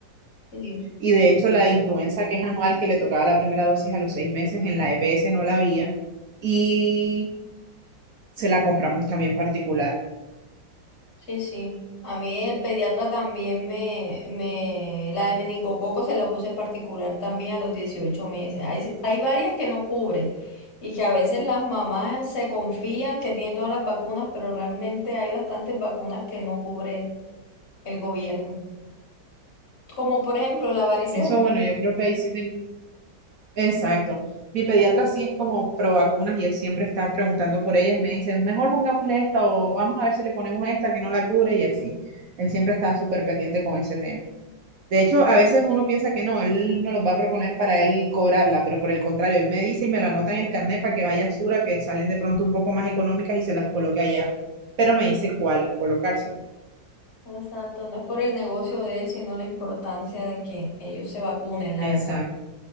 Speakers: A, on the left (about 40°); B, on the right (about 65°).
A: Sí.
B: y de hecho, la influenza que es anual, que le tocaba la primera dosis a los seis meses, en la EPS no la había. Y se la compramos también particular.
A: Sí, sí. A mí el pediatra también me, me, la de meningococo se la puse particular también a los 18 meses. Hay, hay varias que no cubre y que a veces las mamás se confían que tienen todas las vacunas, pero realmente hay bastantes vacunas que no cubre el gobierno. Como por ejemplo la varicela.
B: Eso, bueno, yo creo que ahí sí. ten- Exacto. Mi pediatra sí es como pro vacunas y él siempre está preguntando por ellas y me dice, mejor pongámosle esta o vamos a ver si le ponemos esta que no la cubre y así. Él siempre está súper pendiente con ese tema. De hecho, a veces uno piensa que no, él no los va a proponer para él cobrarla, pero por el contrario, él me dice y me la anota en el carnet para que vaya a Sura, que salen de pronto un poco más económicas y se las coloque allá. Pero me dice cuál colocársela.
A: Exacto, no es por el negocio de él, sino la importancia de que ellos se vacunen, la
B: Exacto,
A: verdad.